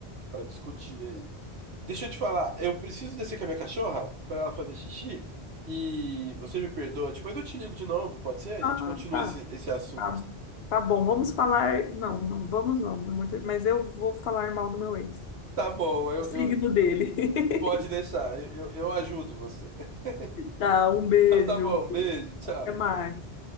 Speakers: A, on the right (about 85°); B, on the left (about 75°).
A: para discutir aí. Deixa eu te falar, eu preciso descer com a minha cachorra para ela fazer xixi e você me perdoa. Depois eu te ligo de novo, pode ser? A
B: Ah,
A: gente continua
B: tá,
A: esse, esse assunto.
B: tá, tá bom, vamos falar, não, não vamos não, não é muito- mas eu vou falar mal do meu ex,
A: Tá bom, eu,
B: o signo
A: eu-
B: dele.
A: pode deixar,
B: <laughs>
A: eu, eu eu ajudo você. <laughs>
B: Tá, um beijo,
A: Então tá bom, beijo, tchau.
B: até mais.